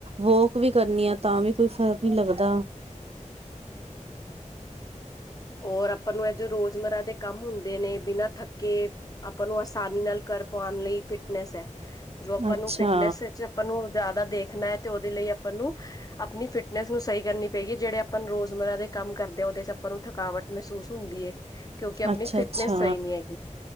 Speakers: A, on the right; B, on the left.
A: ਵੋਕ ਵੀ ਕਰਨੀ ਆਂ ਤਾਂ ਵੀ ਕੋਈ ਫ਼ਰਕ ਨਹੀਂ ਲਗਦਾ।
B: ਔਰ ਅਪਾ ਨੂੰ ਇਹ ਜੋ ਰੋਜ਼ਮਰਾ ਦੇ ਕੰਮ ਹੁੰਦੇ ਨੇ ਬਿਨਾਂ ਥੱਕੇ ਆਪਾਂ ਨੂੰ ਅਸਾਨੀ ਨਾਲ ਕਰ ਪਾਣ ਲਈ ਫਿਟਨੈਸ ਹੈ ਜੋ ਆਪਾਂ
A: ਅੱਛਾ
B: ਨੂੰ ਫਿਟਨੈਸ ਵਿੱਚ ਆਪਾਂ ਨੂੰ ਜ਼ਿਆਦਾ ਦੇਖਣਾ ਹੈ ਤੇ ਉਹਦੇ ਲਈ ਅਪਾਨ ਨੂੰ ਅਪਨੀ ਫਿਟਨੈਸ ਨੂੰ ਸਹੀ ਕਰਨੀ ਪਏਗੀ, ਜਿਹੜੇ ਅਪਾਂਨ ਰੋਜ਼ਮਰਾ ਦੇ ਕੰਮ ਕਰਦੇ ਆ, ਉਹਦੇ'ਚ ਆਪਾਂ ਨੂੰ ਥਕ ਰਥਕਾਵਟ ਮਹਿਸੂਸ ਹੁੰਦੀ ਹੈ ਕਿਉਂਕਿ ਆਪਣੀ
A: ਅੱਛਾ-ਅੱਛਾ
B: ਫਿਟਨੈਸ ਸਹੀ ਨੀ ਹੈਗੀ।